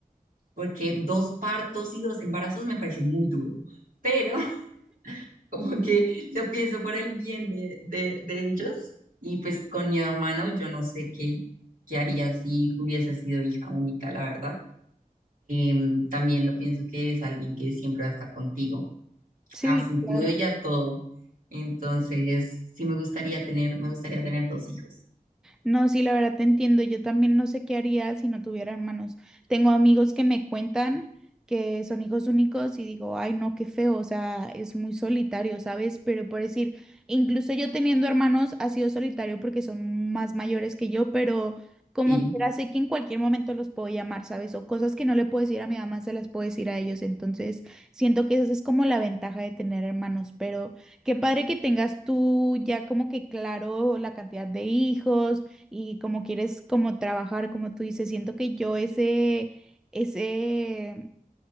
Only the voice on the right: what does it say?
porque dos partos y dos embarazos me parece muy duro, pero <laughs> como que lo pienso por el bien de, de, de ellos y pues con mi hermano yo no sé qué, qué haría si hubiese sido hija única, la verdad. Em, también lo pienso que es alguien que siempre va a estar contigo,
a futuro
y a todo. Entonces, sí me gustaría tener, me gustaría tener dos hijos.
Sí,